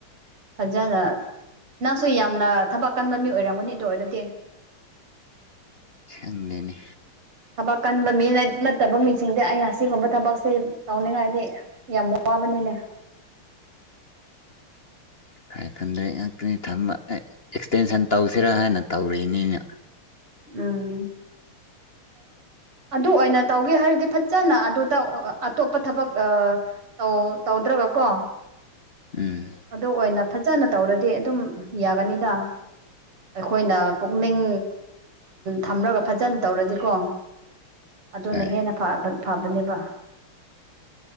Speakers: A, on the right (about 90°); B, on the left (about 30°).
A: ꯐꯖꯅ ꯅꯪꯁꯨ ꯌꯥꯝꯅ ꯊꯕꯛ ꯀꯟꯕ ꯃꯤ ꯑꯣꯏꯔꯝꯒꯅꯤ ꯑꯗꯨ ꯑꯣꯏꯔꯗꯤ <unintelligible>
B: ꯁꯪꯗꯅꯦ
A: ꯊꯕꯛ ꯀꯟꯕ ꯃꯤ ꯅꯠꯇꯕ ꯃꯤꯁꯤꯡꯗꯤ ꯑꯩꯅ ꯑꯁꯤꯒꯨꯝꯕ ꯊꯕꯛꯁꯦ ꯇꯧꯅꯤꯡꯉꯥꯏꯗꯤ ꯌꯥꯝ ꯋꯥꯕꯅꯤꯅꯦ <unintelligible>
B: ꯐꯔ ꯐꯟꯗ꯭ꯔꯦ ꯉꯥꯛꯇꯅꯤ ꯊꯃ ꯑꯦꯛꯁꯇꯦꯟꯁꯟ ꯇꯧꯁꯤꯔꯥ ꯍꯥꯏꯅ ꯇꯧꯔꯤꯅꯤꯅ
A: ꯎꯝ ꯑꯗꯨ ꯑꯣꯏꯅ ꯇꯧꯒꯦ ꯍꯥꯏꯔꯗꯤ ꯐꯖꯅ ꯑꯗꯨꯗ ꯑꯇꯣꯞꯄ ꯊꯕꯛꯧ ꯇꯧꯗ꯭ꯔꯒꯀꯣ
B: ꯎꯝ
A: ꯑꯗꯨ ꯑꯣꯏꯅ ꯐꯖꯅ ꯇꯧꯔꯗꯤ ꯑꯗꯨꯝ ꯌꯥꯒꯅꯤꯗ ꯑꯩꯈꯣꯏꯅ ꯄꯨꯛꯅꯤꯡ ꯊꯝꯂꯒ ꯐꯖꯅ ꯇꯧꯔꯗꯤꯀꯣ ꯑꯗꯨꯅ
B: ꯍꯣꯏ
A: ꯍꯦꯟꯅ ꯐꯕ ꯐꯕꯅꯦꯕ